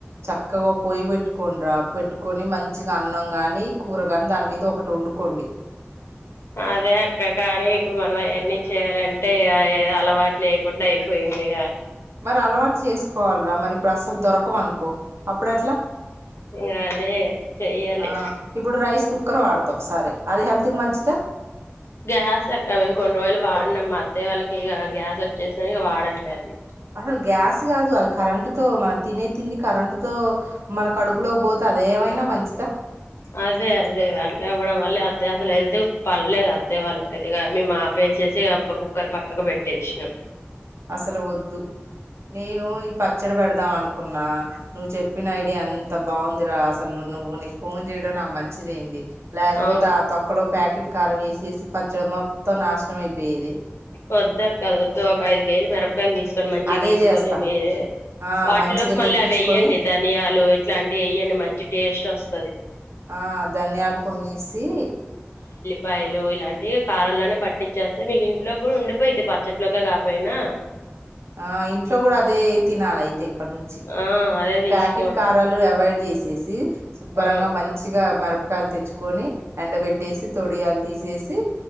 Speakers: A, on the right; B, on the left.
A: చక్కగా పొయ్యి పెట్టుకోంరా పెట్టుకొని మంచిగా అన్నం గాని కూరగాని దాని మీద ఒకటి వండుకోండి
B: అదే అక్క కానీ ఇప్పుడు మనం అవన్ని చేయాలంటే అలవాటు లేకుండా అయిపోయిది దిగా
A: ఇ అలవాటు చేసుకోవాలరా మరి ఇప్పుడు అసలు దొరకవు అనుకో అప్పుడు ఎట్లా
B: ఇంగా అదే చెయ్యాలి
A: ఆ ఇప్పుడు రైస్ కుక్ కుక్కరు వాడతావు సరే అది హెల్తకీ మంచిదా
B: గ్యాస్ ఎక్క మేం కొన్ని రోజులు వాడినాం మా అత్త్య వాళ్ళకి ఇక గ్యాస్ వచ్చేసిన ఇక వాడట్లేదు
A: అసలు గ్యాస్ కాదు అది కరెంటు తో మనం తినే తిండి కరెంటు తో మన కడుపులో పోత అదేవైనా మంచి
B: అదే అదే అట్లేవ్వడం మళ్ళ అ అసలు వెళ్తే పడలేదు అత్తే వాళ్ళకితే ఇ మేము మాప వేసేసి కుక్కర్ పక్కకు పెట్టేసినాం
A: అసలు వద్దు నేను ఈ పచ్చడి పెడదాం అనుకున్నా నువ్వు చెప్పిన ఐడియా ఎంత బాగుందిరా అసలు నువ్వు నువ్వు నీకు ఫోన్ చేయడం నాకు మంచిది అయింది లేకపోతే
B: అవును
A: ఆ తొక్కలో ప్యాకెట్ కారం వేసేసి పచ్చడి మొత్తం నాశనం అయిపోయేది
B: వద్దా కద వద్దు ఒక ఐదు కేజీలు మిరపకాయలు తీసుకొని మంచిగా
A: అదే
B: తీసుకొని
A: చేస్తా
B: మీరే
A: ఆ
B: వాటిలోకి
A: మంచిగా
B: మళ్ళీ
A: తెప్పించుకొని
B: అవి వేయ్యండి ధనియాలు ఇట్లాంటివి వెయ్యండి మంచి టేస్ట్ వస్
A: ఆ ధన్యాలు కొన్నీ ఏసి
B: పైలు ఇలాంటివి కారంలోనే పట్టించేస్తే మీకు ఇ లోకి కూడా ఉండిపోయిద్ది పచ్చట్లోకి కాపోయినా
A: ఆ ఇంట్లో కూడా అదే తినాలి అయితే అప్పటి నుంచి
B: ఆ అదే
A: ఈ
B: తీసుకోండి
A: ప్యాకెట్ కారాలు అవాయిడ్ చేసి చేసి సుబ్బరంగా
B: ఆ
A: మంచిగా మిరపకాయలు తెచ్చుకొని ఎండ వెట్ ట్ట తొడియాలు తీసేసి